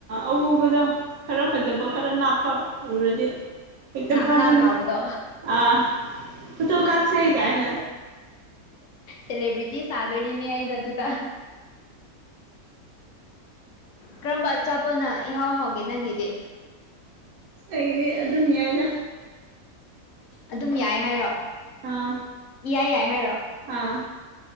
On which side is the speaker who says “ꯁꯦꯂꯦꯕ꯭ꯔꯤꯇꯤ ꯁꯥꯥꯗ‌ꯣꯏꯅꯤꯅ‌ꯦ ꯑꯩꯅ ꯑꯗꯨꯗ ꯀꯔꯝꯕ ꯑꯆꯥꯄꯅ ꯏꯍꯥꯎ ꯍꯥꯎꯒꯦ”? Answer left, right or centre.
Left